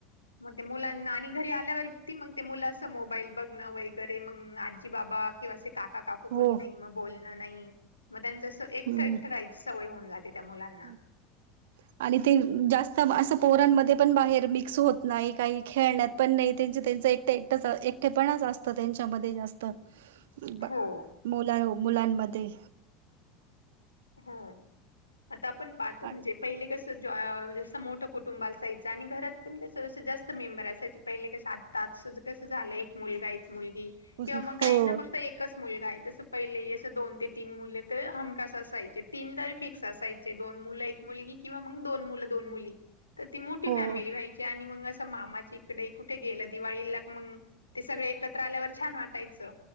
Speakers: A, on the left; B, on the right.
A: मग ते मुलांना आणि घरी आल्यावर ती. मग ते मुल असं मोबाईल बघणं वगैरे, मग आजी-बाबा किंवा असे काका-का कू
B: हो
A: कोणी नाही. मग बोलणं नाही. मग त्यांचं अस एकट
B: हम्म
A: एकट राहायची सवय होऊन जाते. त्या मुलांना
B: <inaudible> आणि ते जास्त असं, पोरांमध्ये पण बाहेर मिक्स होत नाही. काही खेळण्यात पण नाही. त्यांच त्यांच एक ट एकटेपणच असत त्यांच्यामध्ये जास्त बा
A: हो
B: मुला मुलांमध्ये
A: हो. आता आपण पाहतो
B: आ-
A: म्हणजे पहिले कसं जॉ जसं मोठं कुटुंब असाय चा. आणि घरात पण कसं जास्त मेंबर असायचे. पहिले कस आता कसं झालंय एक मुलगा, एक मुलगी किंवा
B: हो
A: मग काहींना फक्त एकच मुलगा आहे. तस, पहिले असं दोन ते तीन मुले तर हमखास असायचे. तीन तरी फिक्स असायचे दोन मुलं एक मुलगी किंवा मग दोन मुलं, दोन मुली तर ती मोठी
B: हो
A: फॅमिली व्हायची. आणि मग असं मामाची कडे कुठे गेलं दिवाळीला क मग ते सगळे एकत्र आल्यावर छान वाटायचं.